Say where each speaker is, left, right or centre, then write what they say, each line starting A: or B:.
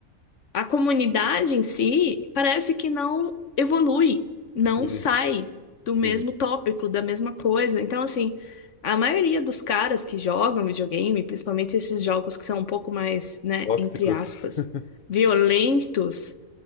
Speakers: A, on the left; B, on the left.
A: a comunidade em si parece que não evolui, não
B: sim,
A: sai do mesmo
B: sim.
A: tópico, da mesma coisa. Então, assim, a maioria dos caras que jogam videogame, principalmente esses jogos que são um pouco mais, né,
B: Tóxicos.
A: entre aspas,
B: <laughs>
A: violentos,